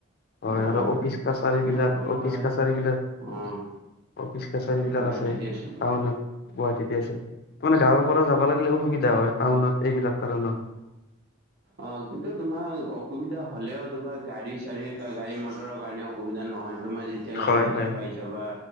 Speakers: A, on the left (about 45°); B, on the right (about 50°).
A: হয়
B: অ'।
A: আৰু অফিচ কাছাৰী
B: তোমাক
A: বিলাক
B: ক'লো
A: অফিচ
B: নহয়
A: কাছাৰী বিলাক।
B: অ',
A: অফিচ কাছাৰী বিলাক
B: গুৱাহাটীতে
A: আছে টাউনত গুৱাহাটীতে আছে। মানে গাঁৱৰ পৰা যাব লাগিলে অসুবিধা হয় টাউনত এইবিলাক কাৰণত।
B: অ কিন্তু তোমাৰ অসুবিধা হলেও তোমাৰ গাড়ী চাাৰ়ীৰ গাড়ী মটৰৰ কাৰণে অসুবিধা নহয়। তোমাৰ যেতিয়া লাগে
A: হয়
B: তেতিয়া
A: হয়
B: পাই চাবা